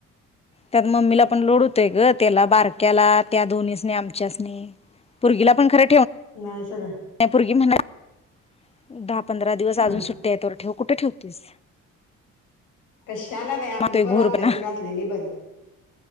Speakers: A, on the left (about 20°); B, on the left (about 85°).
A: त्यात मम्मीला पण लोड होतय ग त्याला बारक्याला त्या दोन्हीसनी आमच्याच सनी पोरगिला पण खर
B: नाही सगळ
A: माय पोरगी म्हणल दहा पंधरा दिवस अजून
B: हा
A: सुट्ट्या ये तोवर ठेव कुठ ठेवतीस
B: कशाला बाई आपली
A: आता
B: पोर
A: घोरत
B: आपल्या
A: ना
B: संग असलेली बरी